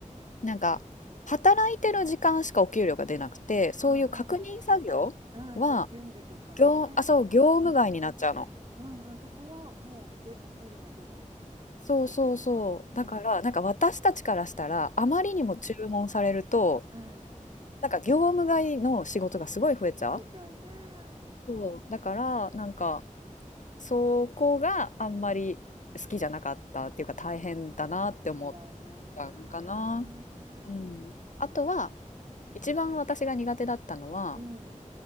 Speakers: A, on the left; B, on the right.
A: なんか、働いてる時間しかお給料が出なくて、
B: ああ、
A: そういう確認作業は、
B: はいはいはい。うん、そう、準備とかね。
A: 業、あ、そう、業務外になっちゃうの。
B: うん、うん、うん、そこはもうで、お給料が出ないって感じ。
A: そうそうそう。
B: うん、
A: だから、
B: うん、
A: なんか私たちからしたら、あまりにも注文されると、
B: うん、
A: なんか業務外の仕事がすごい増えちゃう。
B: 増えちゃうよね。
A: そう。だから、なんか、そこがあんまり好きじゃなかったっていうか、
B: うん
A: 大変だなって思っ
B: あ、そうだよね。
A: たのかな。
B: うん、
A: うん。あとは、一番私が苦手だったのは、
B: うん、